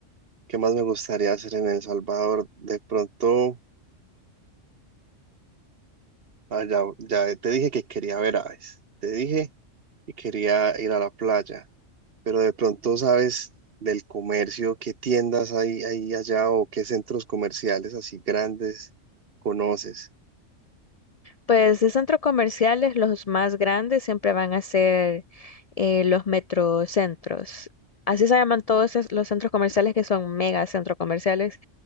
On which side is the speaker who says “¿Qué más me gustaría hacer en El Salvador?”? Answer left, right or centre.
Right